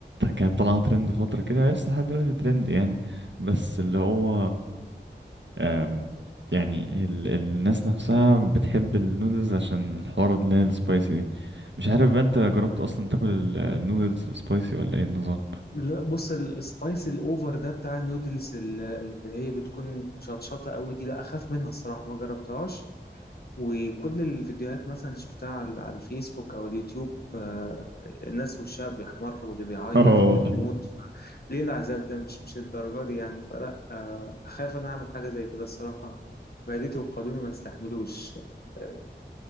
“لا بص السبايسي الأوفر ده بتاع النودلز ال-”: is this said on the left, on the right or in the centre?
Left